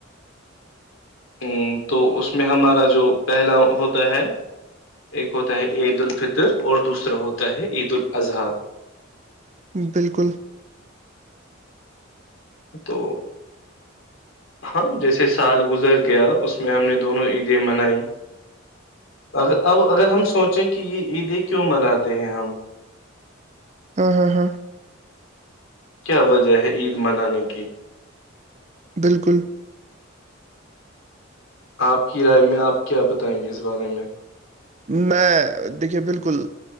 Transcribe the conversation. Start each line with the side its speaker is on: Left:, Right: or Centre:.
Left: ا تو اس میں ہمارا جو پہلا ہوتا ہے ایک ہوتا ہے عید الفطر اور دوسرا ہوتا ہے عید الاضحی
Right: بالکل
Left: تو ہاں جیسے سال گزر گیا اس میں ہم نے دونوں عیدیں منائی اگر اب اگر ہم سوچیں کہ یہ عیدیں کیوں مناتے ہیں ہم
Right: ہاں ہاں ہاں
Left: کیا وجہ ہے عید منانے کی
Right: بالکل
Left: آپ کی رائے میں آپ کیا بتائیں گے اس بارے میں
Right: میں دیکھیے بالکل